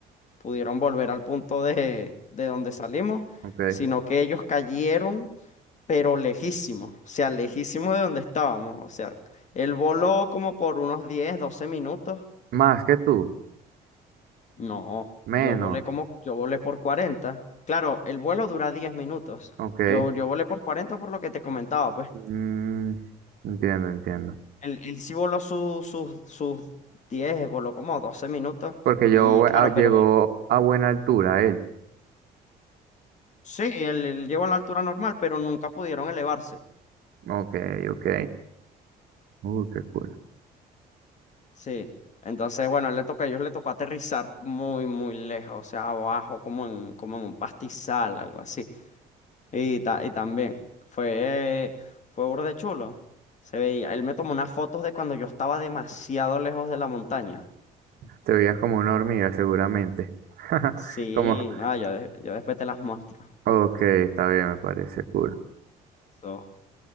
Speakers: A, on the left; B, on the right.
A: pudieron volver al punto de, de donde salimos,
B: ok.
A: sino que ellos cayeron, pero lejísimos, o sea, lejísimos de donde estábamos, o sea, él voló como por unos diez doce minutos
B: Más que tú,
A: No,
B: menos,
A: yo volé como, yo volé por 40. Claro, el vuelo dura 10 minutos.
B: ok.
A: Yo, yo volé por 40 por lo que te comentaba, pues.
B: Mm, entiendo, entiendo.
A: Él, él sí voló su- sus sus 10 voló como 12 minutos.
B: Porque
A: Y
B: yo
A: claro,
B: ah,
A: pero
B: llegó a
A: Ujú.
B: buena altura él.
A: sí, él, él llegó a la altura normal, pero nunca pudieron elevarse.
B: Ok, ok. Uy, qué cool.
A: Sí. Entonces, bueno, él le tocó, a ellos le tocó aterrizar muy, muy lejos, o sea, abajo, como en, como en un pastizal, algo así. Y, ta- y también fue, fue burde chulo. Se veía, él me tomó unas fotos de cuando yo estaba demasiado lejos de la montaña.
B: Te veías como una hormiga, seguramente. <laughs>
A: Sí,
B: Como,
A: no, yo, de- yo después te las muestro.
B: ok, está bien, me parece cool.
A: Eso,